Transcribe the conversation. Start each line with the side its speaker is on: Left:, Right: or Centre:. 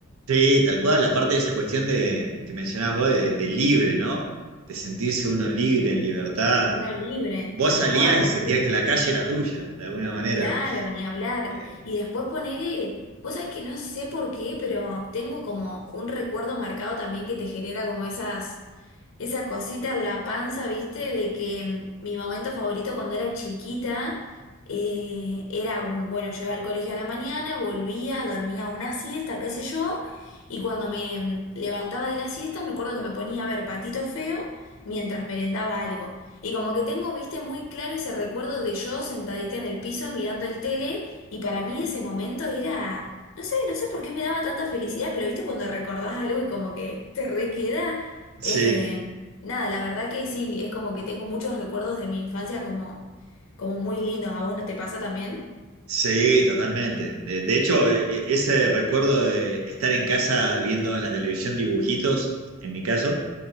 Right: Sí, tal cual, aparte de esa cuestión de, que mencionabas vos de, de libre, ¿no? De sentirse uno libre, en libertad.
Left: uno libre,
Right: Vos
Left: tal
Right: salías
Left: cual.
Right: y sentías
Left: Sí.
Right: que la calle era tuya, de alguna manera.
Left: Claro, ni hablar.
Right: Eh,
Left: Y después ponele, vos sabés que no sé por qué, pero tengo como un recuerdo marcado también que te genera como esas, esa cosita en la panza, ¿viste? De que mm, mi momento favorito cuando era chiquita eh, era, mm, bueno, yo iba al colegio a la mañana, volvía, dormía una siesta, qué sé yo, y cuando me mm, levantaba de la siesta me acuerdo que me ponía a ver Patito Feo mientras merendaba algo. Y como que tengo, viste, muy claro ese recuerdo de yo sentadita en el piso mirando el tele y para mí ese momento era, no sé, no sé por qué me daba tanta felicidad, pero viste cuando recordás algo y como que te requeda, eh,
Right: sí,
Left: nada, la verdad que sí, es como que tengo muchos recuerdos de mi infancia como, como muy lindos. ¿A vos no te pasa también?
Right: sí, totalmente. Eh, De, hecho, e- e- ese recuerdo de estar en casa viendo en la televisión dibujitos, en mi caso,